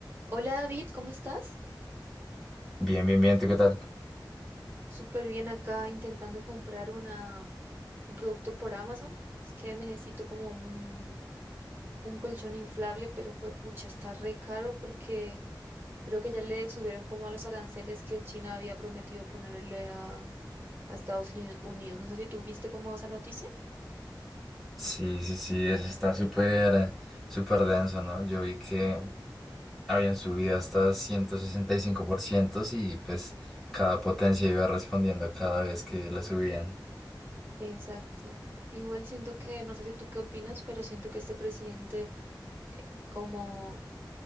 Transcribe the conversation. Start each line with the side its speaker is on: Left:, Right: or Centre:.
Right: Hola David, ¿cómo estás?
Centre: Bien, bien, bien, ¿tú qué tal?
Right: Súper bien acá intentando comprar una, mm, un producto por Amazon. Es que necesito como un, un colchón inflable, pero fue pucha, está re caro porque creo que ya le subieron como a los aranceles que China había prometido ponerle a, a Estados Uni- Unidos. No sé si tú viste como esa noticia.
Centre: Sí, sí, sí, eso está súper, eh, súper denso, ¿no? Yo vi que habían subido hasta ciento sesenta y cinco por ciento y pues cada potencia iba respondiendo cada vez que le subían.
Right: Exacto. Igual siento que, no sé si tú qué opinas, pero siento que este presidente como